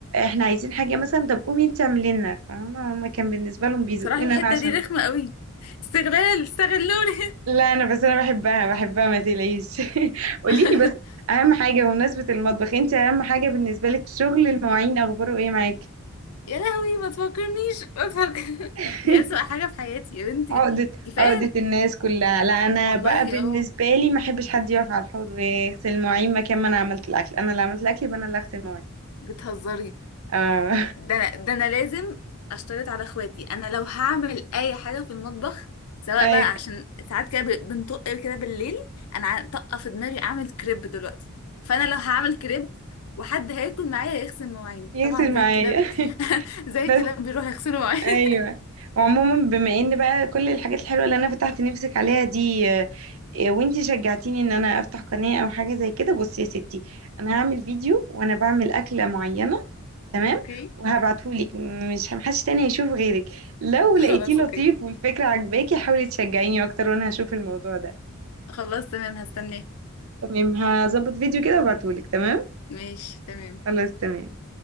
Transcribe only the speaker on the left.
بصراحة الحتة
دي رخمة قوي استغلال استغلوني
<laughs>
يا لهوي ما تفكرنيش ما تفكر
<laughs> دي أسوأ حاجة في حياتي يا بنتي
كفاية
والله
اه
بتهزري
ده أنا ده أنا لازم أشترط على إخواتي أنا لو هعمل أي حاجة في المطبخ سواء
بقى عشان ساعات كده ب- بنطق كده بالليل أنا ع- طاقة في دماغي أعمل كريب دلوقتي فأنا لو هعمل كريب وحد هياكل معايا يغسل مواعين
طبعا زي
الكلاب
<laughs> زي
الكلاب بيروح يغسلوا مواعين
<laughs>
اوكي
خلاص
أوكي
خلاص تمام هستناه
ماشي تمام